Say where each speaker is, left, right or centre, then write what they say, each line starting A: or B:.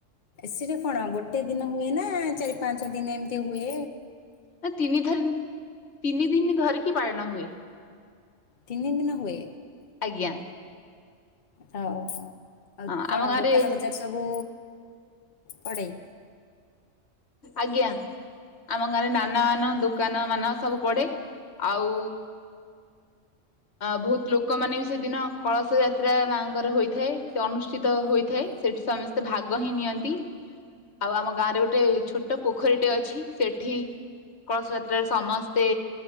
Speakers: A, on the left; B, on the left.
A: ସେଟା କଣ ଗୋଟେ ଦିନ ହୁଏ ନା ଚାରି ପାଞ୍ଚ ଦିନ ଏମିତି ହୁଏ
B: ନା ତିନି ଧରି ତିନି ଦିନ ଧରିକି ପାଳଣା ହୁଏ
A: ତିନି ଦିନ ହୁଏ
B: ଆଜ୍ଞା
A: ହଉ ହଉ ଆଉ
B: ହଁ
A: କଣ
B: ଆମ ଗାଁରେ
A: ଦୋକାନ ବଜାର ସବୁ ପଡ଼େଇ
B: ଆଜ୍ଞା ଆମ ଗାଁ ରେ ନାନା ମାନ ଦୋକାନ ମାନ ସବୁ ପଡେ ଆଉ ଅ ବହୁତ ଲୋକମାନୋନେ ବି ସେଦିନ କଳସ ଯାତ୍ରା ମାଙ୍କର ହୋଇଥାଏ ସେ ଅନୁଷ୍ଠିତ ହୋଇଥାଏ ସେଠି ସମସ୍ତେ ଭାଗ ହିଁ ନିଅନ୍ତି ଆଉ ଆମ ଗାଁ ରେ ଗୋଟେ ଛୋଟ ପୋଖରୀଟେ ଅଛି ସେଠି କଳସ ଯାତ୍ରାରେ ସମସ୍ତେ